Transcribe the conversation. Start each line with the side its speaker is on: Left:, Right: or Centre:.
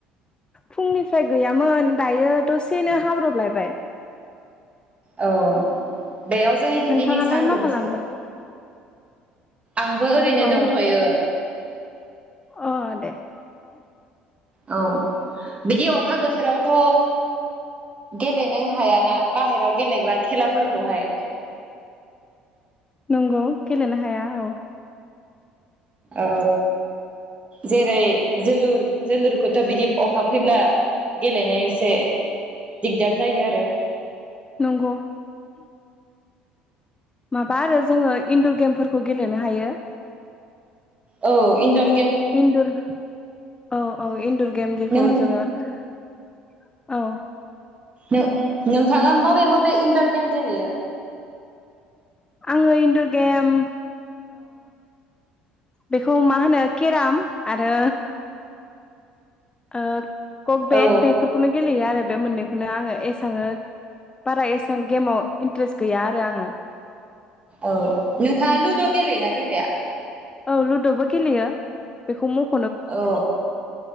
Left: फुंनिफ्राय गैयामोन दायो दसेनो हाब्रबलायबाय
Right: औ बेयाव जोंनि थिन
Left: नोंथाङालाय
Right: दिनै सान
Left: मा
Right: दंसो
Left: खालामदों
Right: आंबो ओरैनो
Left: अ
Right: दंथयो
Left: अ दे
Right: औ बिदि अखा बोथोरावथ' गेलेनो हायाना बाहेरायाव गेलेग्रा खेलाफोरखौहाय
Left: नंगौ गेलेनो हाया औ
Right: औ जेरै जोलुर जोलुरखौथ' बिदि अखा फैब्ला गेलेनो एसे दिगदार जायो आरो
Left: नंगौ माबा आरो जोङो इनन्दर गेमफोरखौ गेलेनो हायो
Right: औ इन्दर
Left: इन्दुर औ औ इन्दुर गेम जेखौ
Right: नों
Left: जोङो औ
Right: नो नोंथाङा मबे मबे इन्दर गेम गेलेयो
Left: आङो इन्दर गेम बेखौ मा होनो केराम आरो आ कक बेेट
Right: औ
Left: बेफोरखौनो गेलेयो आरो बे मोननैखौ बेखौनो आङो एसाङो बारा एसबां गेमाव इन्टारेस्ट गैया आरो आङो
Right: औ नोंथा लुद' गेलेयो ना गेलेया
Left: औ लुद'बो गेलेयो बेखौ म
Right: औ